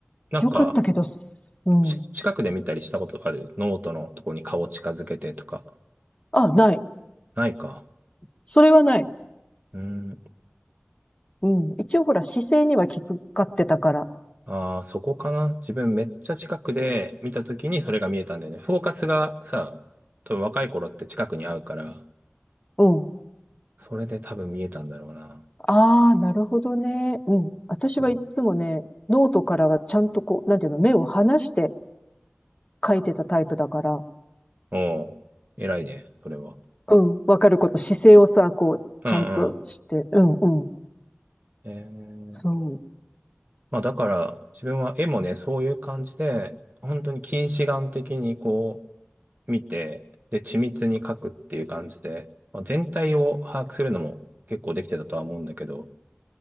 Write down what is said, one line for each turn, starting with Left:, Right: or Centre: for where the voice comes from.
Right: なんか、
Left: 良かったけどす、うん。
Right: ち、近くで見たりしたことあるノートのとこに顔近づけてとか。
Left: あ、ない。
Right: ないか。
Left: それはない。
Right: うん。
Left: うん。一応ほら、姿勢には気遣ってたから。
Right: ああ、そこかな。自分めっちゃ近くで見たときにそれが見えたんだよね。フォーカスがさ、多分若い頃って近くに合うから、
Left: うん。
Right: それで多分見えたんだろうな。
Left: ああ、なるほどね。うん。私はいつもね、
Right: そ
Left: ノートからはちゃんとこう、なんていうの、目を離して書いてたタイプだから。
Right: う。おう、偉いね、それは。
Left: うん。わかること、姿勢をさ、こう、
Right: うんう
Left: ちゃんとして。うん、うん。
Right: ん。えー、
Left: そう。
Right: まあだから、自分は絵もね、そういう感じで、本当に近視眼的にこう、見て、で、緻密に描くっていう感じで、まあ、全体を把握するのも結構できてたとは思うんだけど、